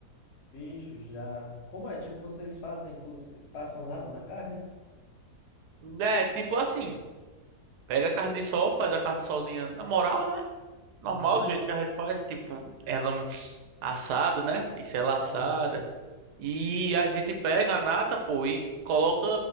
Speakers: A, on the left; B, on the right.
A: Bicho, já. Como é? Tipo, vocês fazem, cozi... passam nada na carne? né?
B: É, tipo assim, pega a carne de sol, faz a carne de solzinha na moral, né? Normal,
A: Uhum,
B: do jeito que a gente faz, tipo, ela assada, né? Tem que ser ela assada.
A: uhum,
B: E a gente pega a nata, pô, e coloca